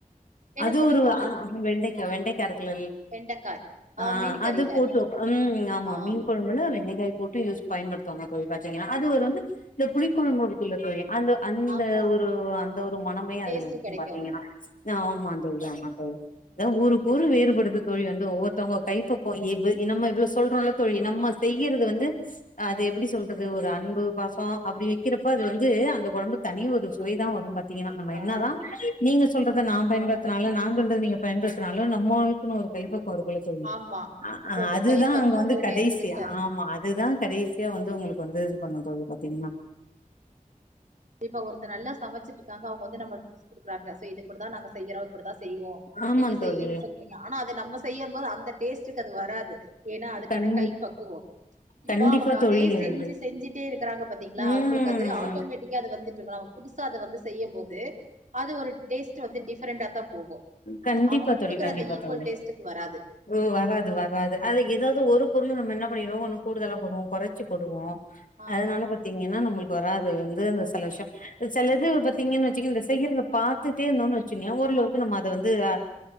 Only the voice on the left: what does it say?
அது
ஒரு
வெண்டைக்கா வெண்டைக் ல
ஆ
அது போட்டு ம் ஆமா
மீன் கொழம்புல வெண்டை போட்டுயூஸ் பயன்படுத்துவாங்க தோழி பாத்தீங்கன்னா அது ஒரு வந்து இந்த புளிக்குழம்பு <unintelligible> டுத்துள்ள தோழி அந்த அந்த
ஒரு அந்த ஒரு மனமே
அதுல இருக்கும்
பார்த்தீங்கன்னா
ஆமா தோழி ஆ ஆம் அதான் ஊருக் ஊரு வேறுபடுது தோழி வந்து ஒவ்வொத்தவங்க கைப்பக்குவம் நம்ம இவ்வளோ சொல்றோம்ல்ல தோழி நம்ம செய்யரது வந்து அது எப்படி சொல்றது ஒரு அன்பு பாசம் அப்படி வைக்கிறப்ப அது வந்து அந்த குலம்பு தனி ஒரு ருசி சுவை தான் வரும் பாத்தீங்கன்னா நம்ம
என்ன தான் நீங்க சொல்றதை நான் பயன்படுத்தினாலும் நான் சொல்றது நீங்க பயன்படுத்தினாலும் நம்மளுக்கு ஒரு கைப்பக்கு போறக்குள்ள சொல்னு
அ அ
அது
தா
அங்க வந்து
கடைசி
ஆமா அது தா கடைசியா வந்து உங்களுக்கு வந்து இது பண்ண தோழி பாத்தீங்ன்னா
ஆமா
தோழி
கண்
கண்டிப்பா
தோழி வந்து
ம்
கண்டிப்பா
தோழி
கண்டிப்பா
தோழி
ஓ வராது வராது அதுல
எதாவது ஒரு பொருளு நம்ம என்ன பண்ணீருவோ ஒன்னு கூடுதலா போடுவோ கொறச்சு போடுவோ
அதுனால பாத்தீங்கன்னா நம்மளுக் வராது அதுல வந்து அந்த செல விஷ்யோ செலது பாத்தீங்கன் வச்சுக்கிங்க செய்யறத பாத்துட்டே இர்ந்தோனு வச்சுக்கிங்க ஓரள வு நம்ம அத வந்து அ